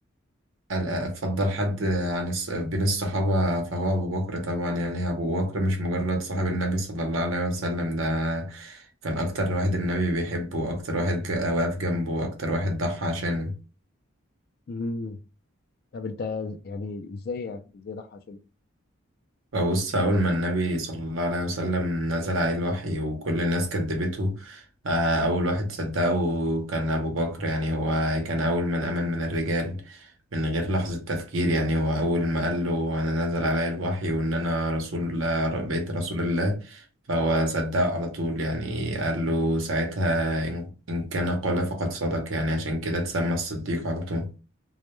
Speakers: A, on the right; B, on the left.
A: قال- افضل حد عن الص- بين الصحابه فهو ابو بكر طبعا يعني ابو بكر مش مجرد صاحب النبي صلى الله عليه وسلم ده كان اكتر واحد النبي بيحبه واكتر واحد جا- واقف جنبه واكتر واحد ضحى عشانه
B: امم طب انت يعني ازاي يعني ازاي ده حصل
A: فبص أول ما النبي صلى الله عليه وسلم نزل عليه الوحي
B: اساسا
A: وكل الناس كدبته آه، أول واحد صدقه كان أبو بكر يعني هو كان أول من آمن من الرجال من غير لحظة تفكير يعني هو أول ما قال له أنا نزل علي الوحي وإن أنا رسول بقيت رسول الله فهو صدقه على طول يعني قال له ساعتها إن إن كان قال فقد صدق يعني عشان كده اتسمى الصديق على طول